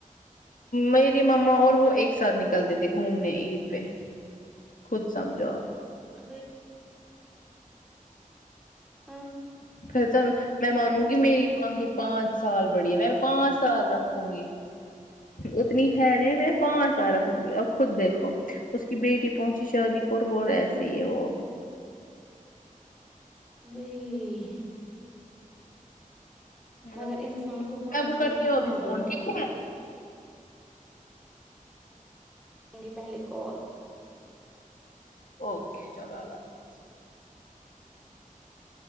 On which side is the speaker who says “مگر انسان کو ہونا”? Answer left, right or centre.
Centre